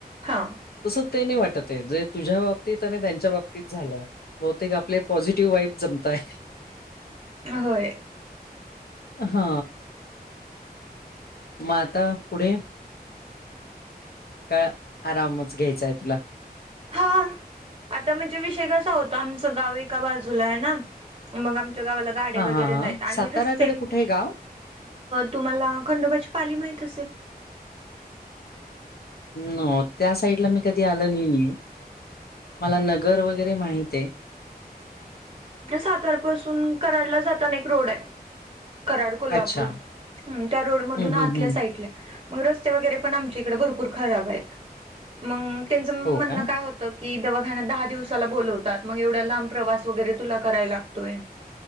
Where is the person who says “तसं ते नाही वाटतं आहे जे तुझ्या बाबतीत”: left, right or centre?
Left